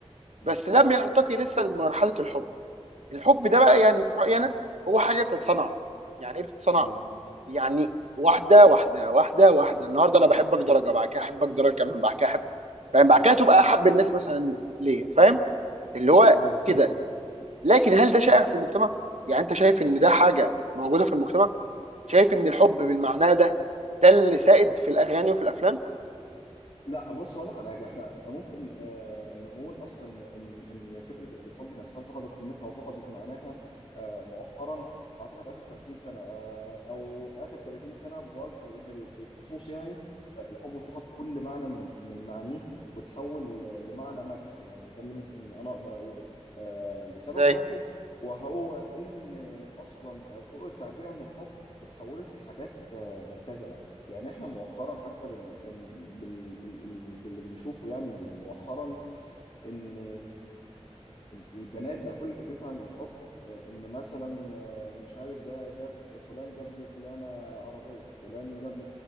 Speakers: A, on the left; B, on the right.
A: مم.
B: بس لم يرتقي لسه لمرحله الحب الحب ده بقى يعني في رايي انا هو حاجه بتتصنع يعني ايه بتتصنع
A: مم.
B: يعني واحده واحده واحده واحده النهارده انا بحبك درجه بعد كده احبك درجه كمان بعد كده احب فاهم بعد
A: مم.
B: كده تبقى احب الناس مثلا ليا فاهم اللي هو
A: ايوه فهمت
B: كده
A: قصدك
B: لكن هل ده شائع في المجتمع؟ يعني انت شايف ان ده حاجه موجوده في المجتمع؟ شايف ان الحب بالمعنى ده ده اللي سائد في الاغاني وفي الافلام؟
A: لا بص ولا على حاجه احنا احنا ممكن آه نقول اصلا ان ان ان فكره الحب نفسها فقدت قيمتها وفقدت معناها آه مؤخرا اعتقد اخر 50 سنه آه او اخر 30 سنه بوجه ال- الخصوص يعني آه الحب فقد كل معنى من من معانيه وتحول لمعنى مسخ يعني ده اللي ممكن انا اقدر اقوله آه لسبب
B: ازاي؟
A: واحد وهو ان اصلا آه، طرق التعبير عن الحب اتحولت لحاجات آه، مبتذله يعني احنا مؤخرا حتى بال... بال... بال... باللي بنشوفه يعني مؤخرا ان البنات بقى كل فكرتها عن الحب ان مثلا آه، مش عارف ده جاب فلان جاب لفلانة عربية فلان جاب